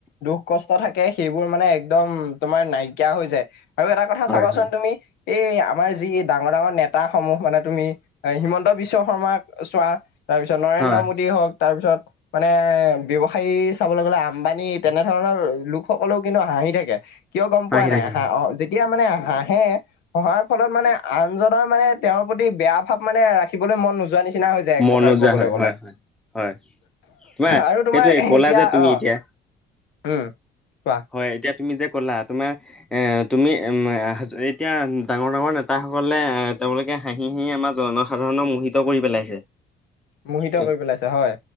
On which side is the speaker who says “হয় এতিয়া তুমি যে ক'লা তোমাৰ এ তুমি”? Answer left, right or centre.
Centre